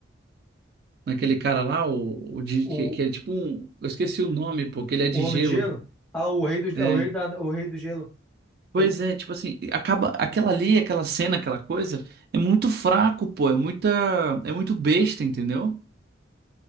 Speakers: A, on the right; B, in the centre.
A: Naquele cara lá, o, o de,
B: O,
A: que, que é tipo um. Eu esqueci o nome, pô, que ele é
B: o
A: de
B: Homem
A: gelo.
B: de Gelo? Ah, o Rei do,
A: É.
B: o rei da, o Rei do Gelo.
A: Pois
B: Rei-
A: é, tipo assim, acaba. Aquela ali, aquela cena, aquela coisa, é muito fraco, pô. É muita. É muito besta, entendeu?